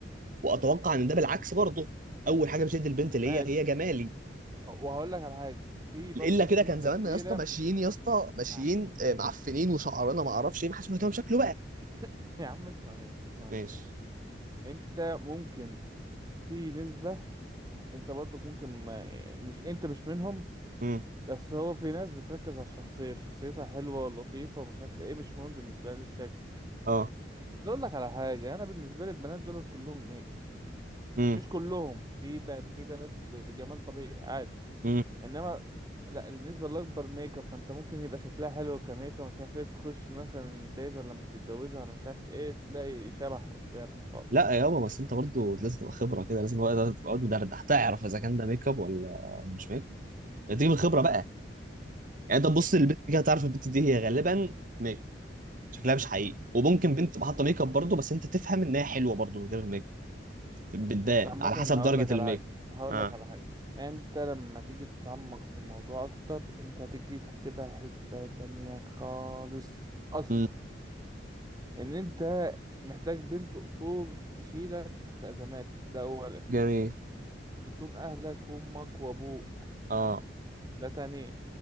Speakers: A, on the right; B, on the right.
A: واتوقع ان ده بالعكس برضه اول حاجه بتشد البنت ليا
B: ماشي
A: هي جمالي
B: وهقول لك على حاجه في برضو
A: الا كده
B: نسبه
A: كان زماننا
B: كبيره
A: يا اسطى ماشيين يا اسطى ماشيين
B: مع مني
A: آه، معفنين وشعرنا ما اعرفش ايه ما حدش مهتم
B: <laughs>
A: بشكله بقى
B: يا عم اسمع مني اسمع
A: ماشي
B: مني بس انت ممكن في نسبة انت برضك ممكن ما يعني مش انت مش منهم
A: امم
B: بس هو في ناس بتركز على الشخصية شخصيتها حلوة لطيفة ومش عارف ايه مش مهم بالنسبة لها الشكل
A: اه
B: اقول لك على حاجه انا بالنسبه لي البنات دول كلهم ميك اب
A: امم
B: مش كلهم في ب... في بنات جمال طبيعي عادي
A: امم
B: انما لا النسبه الاكبر ميك اب فانت ممكن يبقى شكلها حلو كميك اب مش عارف ايه تخش مثلا بيت ولا لما تتجوزها ولا مش عارف ايه تلاقي شبح قدامك طالع
A: لا يا بابا بس انت برضه لازم تبقى خبره كده لازم تبقى تبقى قاعد مدردح تعرف اذا كان ده ميك اب ولا مش ميك اب تيجي من الخبره بقى يعني انت تبص للبنت كده تعرف البنت دي هي غالبا ميك اب شكلها مش حقيقي وممكن بنت تبقى حاطه ميك اب برضه بس انت تفهم ان هي حلوه برضه من غير ميك اب بتبان
B: بس عامه
A: على حسب
B: هقول
A: درجه
B: لك على
A: الميك
B: حاجه هقول
A: اب اه
B: لك على حاجه انت لما تيجي تتعمق في الموضوع اكتر انت هتيجي تحسبها حسبه تانية خالص اصلا
A: مم.
B: ان انت محتاج بنت اصول تشيلك في ازماتك ده اولا
A: جميل
B: تصون اهلك وامك وابوك
A: اه
B: ده تانيا